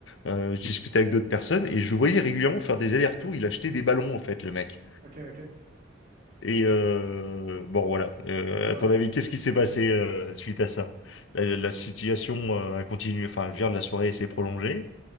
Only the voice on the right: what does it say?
Ok. Ok.
Wow.